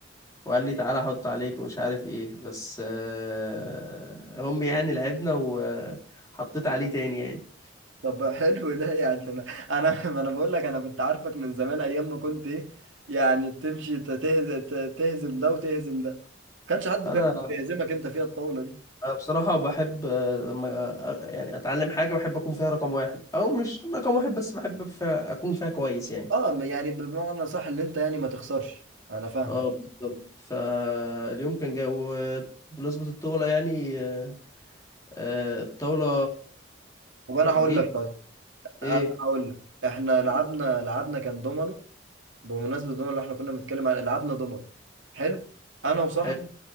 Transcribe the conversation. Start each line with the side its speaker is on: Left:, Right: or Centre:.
Left: وقال لي تعالى احط عليك ومش عارف ايه بس آه، هم يعني لعبنا وحطيت عليه تاني يعني
Right: طب حلو ده يعني انا انا <laughs> ما انا بقول لك انا كنت عارفك من زمان ايام ما كنت ايه يعني بتمشي تهزم تهزم ده وتهزم ده ما كانش حد
Left: انا
Right: بيعرف يهزمك انت فيها الطاولة دي
Left: أنا بصراحة بحب آه، لما آه، يعني اتعلم حاجة بحب اكون فيها رقم واحد او مش رقم واحد بس بحب فيها اكون فيها كويس يعني
Right: اه م- يعني بمعنى صح اللي انت يعني ما تخسرش انا فاهمك
Left: اه بالظبط فاليوم كان جاي وبمناسبة الطاولة يعني آه، آه، الطاولة
Right: طب انا هقول
Left: جيت
Right: لك طيب
Left: ايه
Right: انا هقول لك احنا لعبنا لعبنا كان دومينو بمناسبة الدومينو اللي احنا كنا بنتكلم على لعبنا دومينو حلو انا وصاحبي
Left: حلو